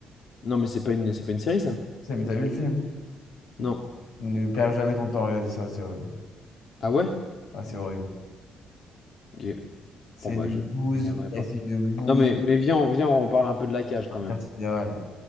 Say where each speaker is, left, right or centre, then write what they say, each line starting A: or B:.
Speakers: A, on the left; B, on the left.
A: Non, mais c'est pas une, c'est pas une série, ça?
B: C'est, mais t'as vu le film?
A: Non.
B: Ne perds jamais ton temps à regarder ça, c'est horrible.
A: Ah ouais?
B: Ah, c'est horrible.
A: Ok.
B: C'est
A: Bon, bah,
B: une
A: je
B: bouse,
A: ne regarderai
B: et
A: pas.
B: c'est une bouse
A: Non, mais, mais viens, on, viens, on reparle un peu de la cage
B: intersidérale.
A: quand même.